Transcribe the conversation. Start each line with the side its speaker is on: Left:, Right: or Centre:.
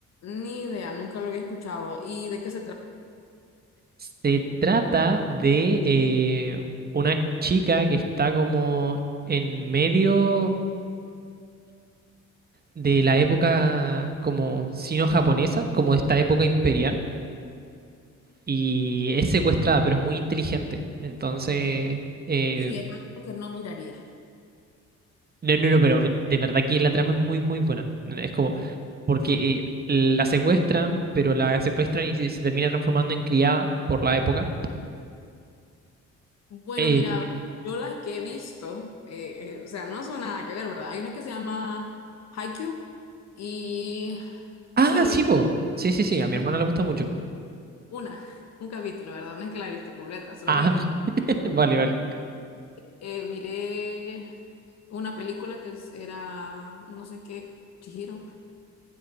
Left: Ni idea, nunca lo había escuchado. ¿Y de qué se trata?
Right: Se trata de eh, una chica que está como en medio de la época como sino-japonesa, como esta época imperial, y es secuestrada, pero es muy inteligente. Entonces, eh,
Left: Si es algo que no miraría.
Right: no, no, no, pero de verdad que la trama es muy, muy buena. Es como, porque eh, la secuestran, pero la secuestran y se, se termina transformando en criada por la época.
Left: Bueno,
Right: Eh,
Left: mira, yo las que he visto, eh, o sea, no son nada que ver, ¿verdad? Hay una que se llama Haikyuu y
Right: ah,
Left: solo
Right: sí,
Left: vi
Right: po. Sí, sí, sí,
Left: misma.
Right: a mi hermana le gusta mucho.
Left: Una, un capítulo, ¿verdad? No es que la he visto completa, solo
Right: Ah,
Left: miré, cap-
Right: <laughs> vale, vale.
Left: eh, miré una película que es- era, no sé qué, Chihiro.